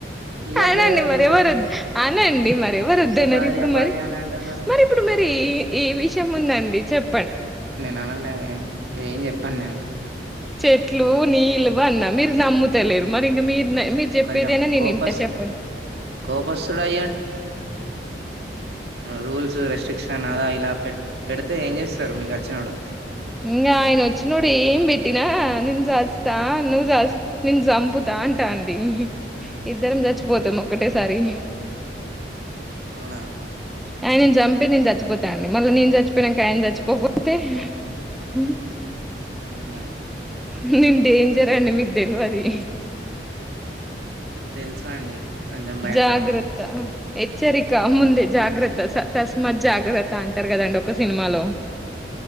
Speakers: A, on the right; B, in the centre.
A: తీయట్లేదుగా
B: అనండి
A: అసలు
B: మరి ఎవరు
A: జోలి
B: వ అనండి మరి ఎవరు
A: ఊకే
B: వద్దన్నారు
A: భార్య
B: ఇప్పుడు
A: భార్య
B: మరి
A: అని అంటున్నారు.
B: మరి ఇప్పుడు మరి ఈ ఈ విషయం ఉందండి చెప్
A: నేను అనలేనే ఏం చెప్పను నేను
B: చెట్లు నీళ్ళివు అన్న మీరు నమ్ముతలేరు మరి ఇంగ మీరు మీరు చెప్పేదైనా
A: కొంచం
B: నేను
A: కోపసు
B: ఇంట చెప్పండి
A: కోపస్తుడయ్య రూల్స్ రెస్ట్రిక్షన్ అలా ఇలా పె-పెడితే ఏం చేస్తరు మీకచ్చినోడు
B: ఇంగా ఆయన వచ్చినోడు ఏం పెట్టినా నిన్ సస్తా నువ్ సస్ నిను సంపుతా అంటా అండి ఇద్దరం చచ్చిపోతాం ఒకక్కటేసారి
A: అవునా
B: ఆయనను చంపి నేను చచ్చిపోతా అండి మళ్లీ నేను చచ్చిపోయినాంక ఆయన చచ్చిపోకపోతే హూమ్
A: అమ్మో
B: నేను డేంజర్ అండి మీకు తెలువది
A: తెలుసు అండి కొంచెం భయంకరం
B: జాగ్రత్త
A: అని
B: హెచ్చరిక ముందే జాగ్రత్త స-తస్మత్ జాగ్రత్త అంటారు కదండి ఒక సినిమాలో